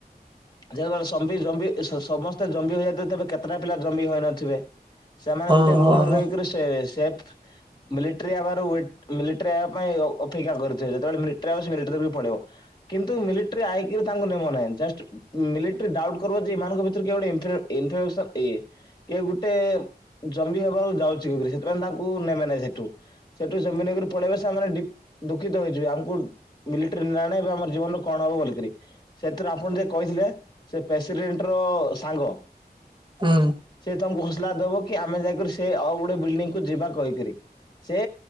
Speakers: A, on the left; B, on the right.
A: ସମସ୍ତେ ଜମ୍ବି ହୋଇଇଯାଇଥିବେ ତେବେ କେତେଟା ପିଲା ଜମ୍ବି ହୋଇଇ ନଥିବେ। ସେମାନେ
B: ହଁ
A: ଗୋଟେ ରୁମ
B: ହଁ ହଁ
A: ରୁ ରହିକରି ସେ ମିଲିଟାରୀ ହେବାର ମିଲିଟାରି ହେବା ପାଇଁ <unintelligible> ଅପେକ୍ଷା କରିଥିବ ଯେତେବେଳେି ପଳେଇିବ କିନ୍ତୁ <unintelligible> ଆଇକରି ତାଙ୍କୁ ନେମ ନାହିଁ <unintelligible> ମିଲେକ୍ଟିରି ଡାଉଟ୍ କରିବ ଯେ ଏମାନଙ୍କ ଭିତୁରୁ କିଏ ଗୋଟିଏ ଇମ୍ <unintelligible> କିଏ ଗୋଟେଏ ଜମି ହେବାକୁ ଯାଉଚି ସେଥିପାଇଁ ତାଙ୍କୁ ନେବେ ନାଇଁ ସେଏଠୁ। ସେଠୁ ସେମାନେ ଆଗର୍ ପଳେଇବେ ସେମାନେ ଡିପ ଦୁଃଖିତ ହେଇଯିବେ ଆମକୁ ମିଲେକଟିରୀ ନାଣେ ଆମର ଜୀବନରେ କଣ ହବ ବଲିକିରି ସେଥିରୁ ଆପଣ ଯେ କହିଥିଲେ ସେଏ ପ୍ରେସିଡେଣ୍ଟ ର ସାଙ୍ଗ।
B: ହୁଁ।
A: ସେ ତମଙ୍କୁ ହୋସଲା ଦବ କି ଆମେ ଯାଇକିରି ସେ ଆଉ ଗୋଟେ ବିଲଡିଙ୍ଗକୁୁ ଯିବା କହିକିରି ସେ